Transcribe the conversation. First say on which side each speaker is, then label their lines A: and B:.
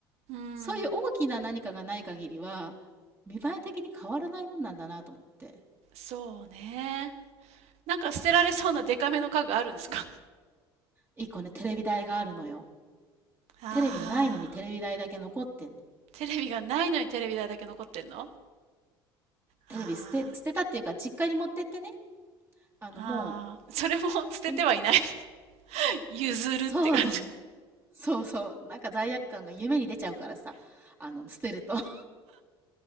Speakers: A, on the right (about 55°); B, on the right (about 15°).
A: うん。
B: そういう大きな何かがない限りは、見栄え的に変わらないもんなんだなと思って。
A: そうね。なんか捨てられそうなデカめの家具あるんですか
B: 一個ね、テレビ台があるのよ。
A: あ
B: テレビないのにテレビ台だけ残ってんの。
A: <laughs> あー。テレビがないのにテレビ台だけ残ってんのあ
B: テレビ捨て、
A: あー。
B: 捨てたっていうか、実家に持ってってね。あの、
A: ああ、
B: も
A: それも <laughs> 捨ててはいない
B: う、い、ん
A: <laughs> 譲るって感じ。
B: そうだね。そうそう。なんか罪悪感が夢に出ちゃうからさ。あの、捨てると。<laughs>